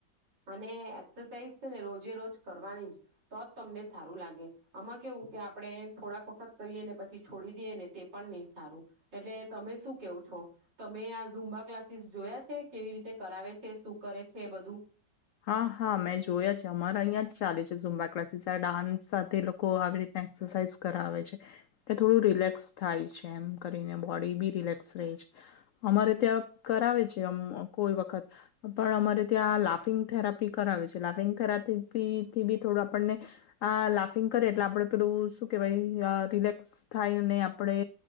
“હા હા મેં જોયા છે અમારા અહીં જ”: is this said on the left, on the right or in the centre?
Left